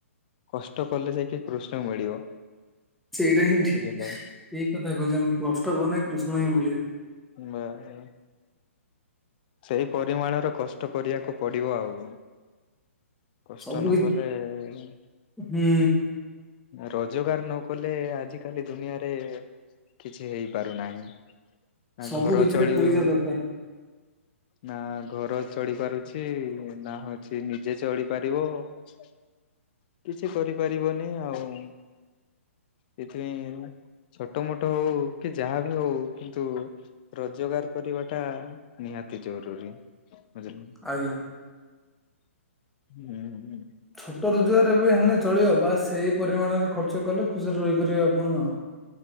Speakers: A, on the left; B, in the centre.
A: କଷ୍ଟ କଲେ ଯାଇକି କୃଷ୍ଣ ମିଳିବ।
B: ସେଇଟା ହିଁ ଠିକ୍।
A: ବୁଝିଲେ
B: ସେଇ କଥା କହୁଛନ କଷ୍ଟ କନେ କୃଷ୍ଣ ହିଁ ମିଳିବେ।
A: ବା-ଆ ସେଇ ପରିମାଣର କଷ୍ଟ କରିଆକୁ ପଡିବ ଆଉ। କଷ୍ଟ
B: ସବୁ
A: ନଗଲେ-ଏ
B: କି ହୁଁ
A: ରୋଜଗାର ନ କଲେ ଆଜିିକାଲି ଦୁନିଆରେ କିଛି ହେଇପାରୁନାହିଁ ନା
B: ସବୁ
A: ଘର
B: କିଛିରେ
A: ଚଳିବ
B: ପଇସା ଦରକାର
A: ନା ଘର ଚଳି ପାରୁଛି ନା ହଉଚି ନିଜେ ଚଳିପାରିବ କିଛି କରିପାରିବନି ଆଉ। ସେଏଥିପାଇଁ ଛୋଟ ମୋଟ ହଉ କି ଯାହା ବି ହଉ କିନ୍ତୁ ରୋଜଗାର କରିବା ଟା ନିହାତି ଜରୁୀ ବୁଝିଲ?
B: ଆଜ୍ଞା।
A: ହୁଁ ହୁଁ।
B: ଛୋଟ ରୋଜଗାର ଏବେ ହେଲେ ଚଳିବ ବାସ୍ ସେଇ ପରିମାଣରେ ଖର୍ଚ୍ଚ କଲେ ଖୁସିରେ ରହିପାରିବେ ଆପଣ ଆଉ।